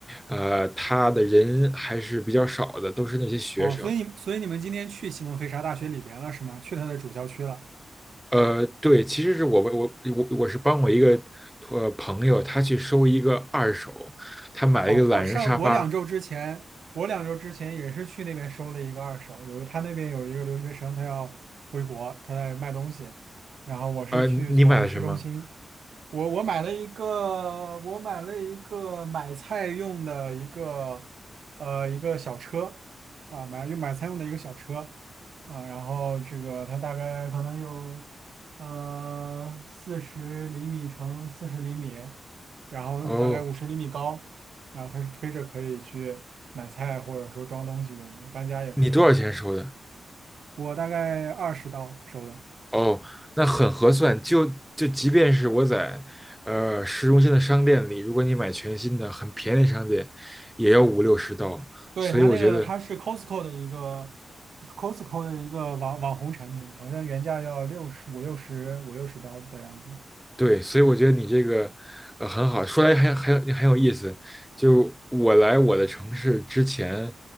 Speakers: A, in the centre; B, on the right.
A: 呃，他的人还是比较少的，都是那些学生。
B: 哦，所以所以你们今天去西蒙菲沙大学里边了是吗？去它的主校区了。
A: 呃，对，其实是我我我我是帮我一个呃朋友，他去收一个二手，他买了一个懒人沙发。
B: 哦，我上我两周之前，我两周之前也是去那边收了一个二手，有他那边有一个留学生，他要回国，他在卖东西，然后我是去从市中心。
A: 呃，你买了什么？
B: 我我买了一个，我买了一个买菜用的一个，呃，一个小车，啊，买用买菜用的一个小车，啊，然后这个它大概可能有，呃，四十厘米乘四十厘米，然后大概五十厘米高，
A: 哦，
B: 然后它是推着可以去买菜或者说装东西用的，搬家也可以。
A: 你多少钱收的？
B: 我大概二十刀收的。
A: 哦，那很合算。就就即便是我在呃市中心的商店里，如果你买全新的，很便宜的商店，也要五六十刀。
B: 对，
A: 所以我觉得
B: 它那个它是 Costco 的一个 Costco 的一个网网红产品，好像原价要六十五六十五六十刀的样子。
A: 对，所以我觉得你这个呃很好，说来还还很有意思。就我来我的城市之前，